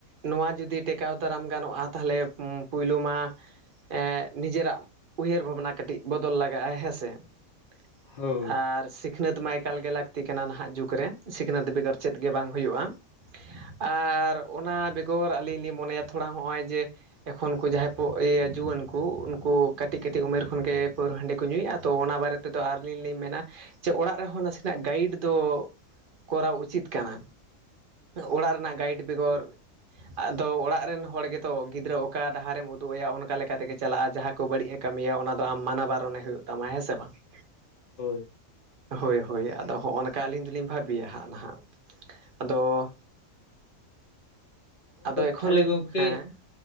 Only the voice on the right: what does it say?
ᱱᱚᱣᱟ ᱡᱩᱫᱤ ᱴᱮᱠᱟᱣ ᱫᱟᱨᱟᱢ ᱜᱟᱱᱚᱜᱼᱟ ᱛᱟᱦᱚᱞᱮ ᱯᱳᱭᱞᱳ ᱢᱟ ᱾ ᱮᱜ ᱱᱤᱡᱮ ᱨᱟᱜ ᱩᱭᱦᱟᱹᱨ ᱵᱷᱟᱵᱽᱱᱟ ᱠᱟᱹᱴᱤᱡ ᱵᱚᱫᱚᱞ ᱞᱟᱜᱟᱜᱼᱟ ᱦᱮᱸᱥᱮ ᱾
ᱟᱨ ᱥᱤᱠᱷᱱᱟᱹᱛ ᱢᱟᱭ ᱾ ᱮᱠᱟᱞ ᱜᱮ ᱞᱟᱹᱠᱛᱤ ᱠᱟᱱᱟ ᱱᱟᱦᱟᱜ ᱡᱩᱜᱽ ᱨᱮ ᱥᱤᱠᱷᱱᱟᱹᱛ ᱵᱮᱜᱚᱨ ᱪᱮᱫ ᱜᱮ ᱵᱟᱝ ᱦᱩᱸᱭᱩᱜᱼᱟ ᱾ ᱟᱨ ᱚᱱᱟ ᱵᱮᱜᱚᱨ ᱟᱹᱞᱤᱧ ᱞᱤᱧ ᱢᱚᱱᱮᱭᱟ ᱛᱷᱚᱲᱟ ᱦᱚᱸᱜᱼᱚᱭ ᱡᱮ ᱾ ᱮᱠᱷᱚᱱᱠᱩ ᱡᱟᱦᱟᱸᱭ ᱠᱚ ᱤᱭᱟᱹ ᱡᱩᱣᱟᱹᱱ ᱠᱚ ᱠᱷᱚᱱ ᱠᱚ ᱡᱟᱦᱟᱭ ᱠᱚ ᱩᱱᱠᱩ ᱠᱟᱹᱴᱤᱡ ᱠᱟᱹᱴᱤᱡ ᱩᱢᱮᱨ ᱠᱷᱚᱱᱜᱮ ᱯᱟᱹᱨᱣᱟᱹ ᱦᱟᱺᱰᱤ ᱠᱚ ᱧᱩᱭᱮᱫᱼᱟ ᱛᱚ ᱚᱱᱟ ᱵᱟᱨᱮ ᱛᱮ ᱾ ᱛᱮ ᱫᱚ ᱟᱨᱞᱤᱧ ᱞᱤᱧ ᱢᱮᱱᱟ ᱚᱲᱟᱜ ᱨᱮᱦᱚᱸ ᱱᱟᱥᱮᱱᱟᱜ ᱾ ᱜᱟᱭᱤᱰ ᱫᱚ ᱠᱚᱨᱟᱣ ᱩᱪᱤᱛ ᱠᱟᱱᱟ ᱾ ᱚᱲᱟᱜ ᱨᱮ ᱱᱟᱜ ᱜᱟᱭᱤᱰ ᱵᱮᱜᱚᱨ ᱾ ᱟᱫᱚ ᱚᱲᱟᱜ ᱨᱮᱱ ᱦᱚᱲ ᱜᱮᱛᱚ ᱜᱤᱫᱽᱨᱟᱹ ᱚᱠᱟ ᱰᱟᱦᱟᱨᱮᱢ ᱩᱫᱩᱜ ᱟᱭᱟ ᱚᱱᱠᱟ ᱛᱮᱜᱮ ᱪᱟᱞᱟᱜᱼᱟ ᱡᱟᱦᱟᱸ ᱾ ᱠᱚ ᱵᱟᱹᱲᱤᱡ ᱮ ᱠᱟᱹᱢᱤᱭᱟ ᱚᱱᱟ ᱫᱚ ᱟᱢ ᱢᱟᱱᱟ ᱵᱟᱨᱚᱱᱮ ᱦᱩᱭᱩᱜ ᱛᱟᱢᱟ ᱦᱮᱸ ᱥᱮ ᱵᱟᱝ ᱾
ᱦᱳᱭ ᱾ ᱦᱳᱹᱭ ᱟᱫᱚ ᱦᱚᱜᱼᱚᱱ ᱠᱟ ᱱᱚᱝᱠᱟ ᱟᱞᱤᱧ ᱫᱚᱞᱤᱧ ᱵᱷᱟᱹᱵᱤᱭᱟ ᱦᱟᱸᱜ ᱱᱟᱦᱟᱜ ᱟᱫᱚ ᱾ ᱟᱫᱚ ᱮᱠᱷᱚᱱ
ᱦᱮᱸ ᱾